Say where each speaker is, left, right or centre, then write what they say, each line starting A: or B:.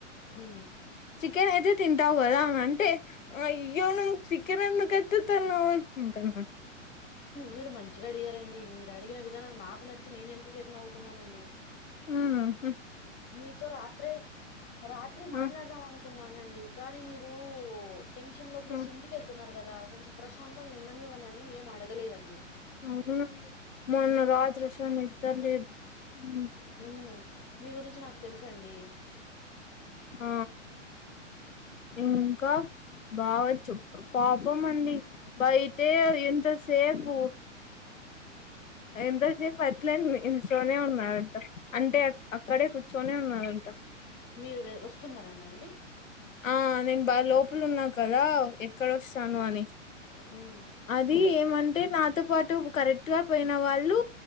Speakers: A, on the left (about 25°); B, on the left (about 90°).
A: ఉ
B: చికెన్ అయితే తింటావ్ కదా అన్ని అంటే అయ్యో నువ్వు చికెన్ ఎందుకు ఎత్తుతున్నావ్ అన్ని ఆన్
A: మీరు మంచిగా అడిగారండి మీరు అడిగిన విధానం నాకు నచ్చి నేను ఎంతసేపు నవ్వుకున్నానండి
B: ఉమ్
A: మీతో రాత్రే రాత్రి మాట్లాడదాం
B: ఆ
A: అను కున్నానండి కానీ మీరు టెన్షన్ లో ప్రెస్
B: ఆ
A: ఇంటికెళ్తున్నారు కదా కొంచెం ప్రశాంతంగా ఉండనివ్వనని ఏం అడగలేదండి
B: అవును మొన్న
A: నిషా
B: రాత్రసులా నిద్ర లేదు ఉమ్
A: హ్మ్. మీ గురించి నాకు తెలుసు అండి
B: ఆ ఇంకా బా వచ్చు పాపం అండి బయట ఎంత సేఫ్ పు ఎంతసేపు అట్లనే నించునే ఉన్నాడు అంటే అక్కడే కూర్చొని ఉన్నారంట
A: మీరు వె వస్తున్నారానా అండి?
B: ఆ నేను బాగా లోపలు ఉన్నా కదా ఎక్కడొస్తాను అని
A: హ్మ్.
B: అది ఏమంటే నాతో పాటు కరెక్ట్ గా పోయిన వాళ్ళు